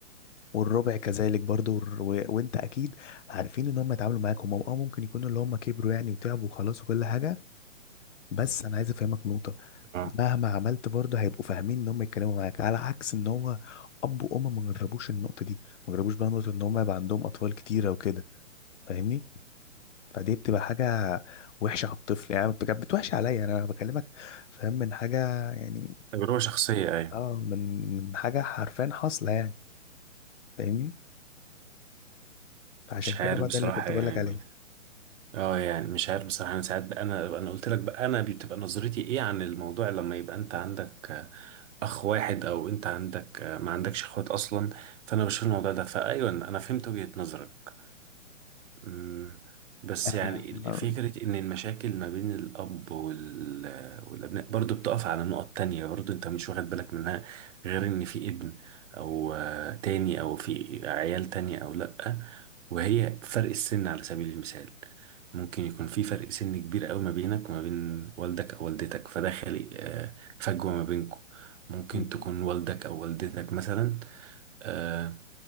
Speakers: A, on the left; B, on the right.
A: والربع كذلك برضو والر- و... وانت اكيد عارفين ان هم يتعاملوا معاك هم اه ممكن يكونوا اللي هم كبروا يعني وتعبوا وخلاص وكل حاجة بس انا عايز افهمك نقطه
B: اه
A: مهما عملت برضه هيبقوا فاهمين ان هم يتكلموا معاك على عكس ان هو اب وام ما جربوش النقطه دي ما جربوش بقى نقطه ان هم يبقى عندهم اطفال كتيره وكده فاهمني فدي بتبقى حاجه وحشه على الطفل يعني بت- بتوحش عليا انا بكلمك فاهم من حاجه يعني
B: تجربة شخصية أيوة
A: اه من من حاجه حرفيا حاصله يعني فاهمني فعشان
B: مش
A: كده
B: عارف
A: بقى
B: بصراحة
A: ده اللي كنت
B: يعني
A: بقول لك عليه
B: اه يعني مش عارف بصراحة أنا ساعات بقى أنا أنا قلت لك بقى أنا بتبقى نظرتي إيه عن الموضوع لما يبقى أنت عندك آه، أخ واحد أو أنت عندك آه، ما عندكش إخوات أصلا فأنا بشوف الموضوع ده فأيوة أنا فهمت وجهة نظرك مم. بس
A: آه.
B: يعني ال- فكرة إن المشاكل ما بين الأب وال... والأبناء برضو بتقف على نقط تانية برضو أنت مش واخد بالك منها غير إن في ابن أو آه، تاني أو في عيال تانية أو لأ وهي فرق السن على سبيل المثال ممكن يكون في فرق سن كبير أوي ما بينك وما بين والدك أو والدتك فده خالق آه، فجوة ما بينكم ممكن
A: م-
B: تكون والدك أو والدتك مثلا آه،